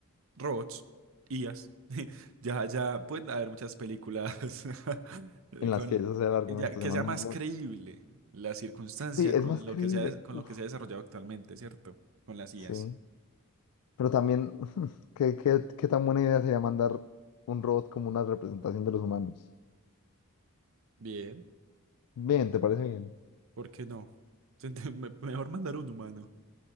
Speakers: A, on the right (about 65°); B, on the left (about 85°).
A: robots, IAs. <laughs> Ya, ya pueden haber muchas películas <laughs> eh,
B: en
A: con,
B: las que ese sea el
A: eh,
B: argumento,
A: ya, que
B: se manda
A: sea más
B: un robot.
A: creíble la circunstancia
B: Sí, es
A: con
B: más
A: lo
B: creíble.
A: que se ha, des- con
B: Uf,
A: lo que se ha desarrollado actualmente, ¿cierto? Con las IAs.
B: sí. Pero también, <laughs> ¿qué, qué, qué tan buena idea sería mandar un robot como una representación de los humanos?
A: Bien.
B: Bien, ¿te parece bien?
A: ¿Por qué no? <laughs> me- Mejor mandar un humano.